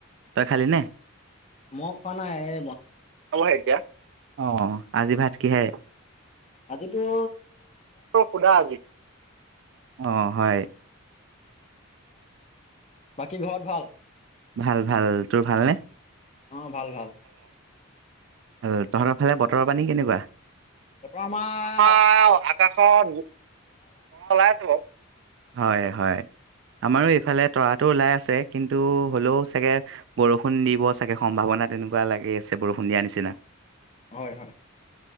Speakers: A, on the right; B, on the left.
A: তই খালি নে?
B: মও খোৱা নাই এ
A: হ'ব এতিয়া, অ' আজি ভাত কিহেৰে?
B: আজি তোৰ
A: <unintelligible> আজি, অ', হয়।
B: বাকী, ঘৰত ভাল?
A: ভাল, ভাল তোৰ ভাল নে?
B: অ' ভাল, ভাল।
A: এহ তহঁতৰ ফালে বতৰৰ পানী কেনেকুৱা?
B: বতৰ আমাৰ
A: তোমাৰ, আকাশত তৰা ওলাই আছে বাৰু। হয় হয়, আমাৰো এইফালে তৰাটো ওলাই আছে কিন্তু হলেও চাগে বৰষুণ দিব চাগে সম্ভাৱনা তেনেকুৱা লাগি আছে বৰষুণ দিয়াৰ নিচিনা।
B: হয়, হয়।